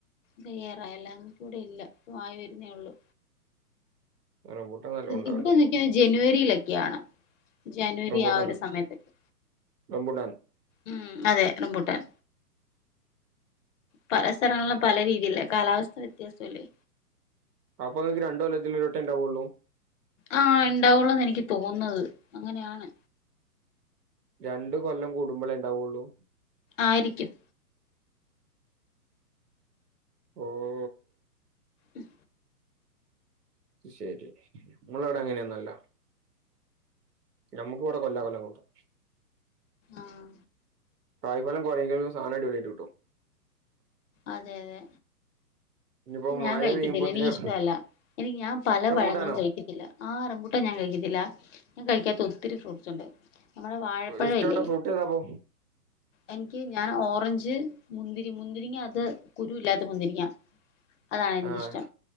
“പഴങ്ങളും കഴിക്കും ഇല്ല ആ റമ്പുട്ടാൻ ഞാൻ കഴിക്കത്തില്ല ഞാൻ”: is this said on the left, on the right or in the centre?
Left